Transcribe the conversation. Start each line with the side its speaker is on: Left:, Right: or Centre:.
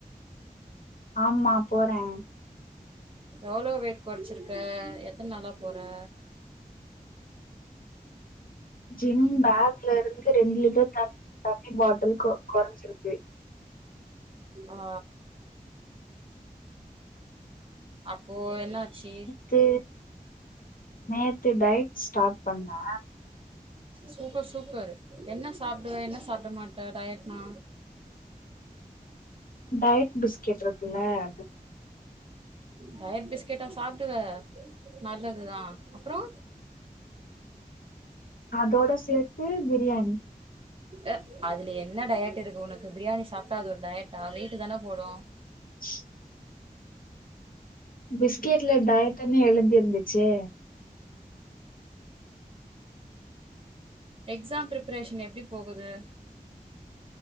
Left: ஆமா போறே
Right: எவ்ளோ வெய்ட் கொற்ச்சிருக்க எத்தன் நாளா போற
Left: <inaudible> ஜிம் பேக்லருந்து ரெண்டு லிட்டர் தன் தண்ணி பாட்டல் கொ குறைஞ்சிருக்கே
Right: ஆ அப்போ என்னாச்சி
Left: த்து நேத்து டயட் ஸ்டாட் பண்ணா
Right: சூப்பர் சூப்பரு என்ன சாப்பிடுவே என்ன சாப்பிட மாட்ட டயட்னா
Left: டயட் பிஸ்கெட் ருக்குல அது
Right: டயட் பிஸ்கெட்டா சாப்டுவே நல்லதுதா அப்றோ
Left: அதோட சேத்து பிரியாணி
Right: அ அதுல என்ன டயட் இருக்கு உனக்கு பிரியாணி சாப்ட்டா அது ஒர் டயட்டா வெய்ட்டுதந போடு
Left: <inaudible> பிஸ்கெட்ல டயட்டுன்னு எழுந்திருந்துச்சே
Right: எக்ஸாம் ப்ரிப்பரேஷன் எப்டி போகுது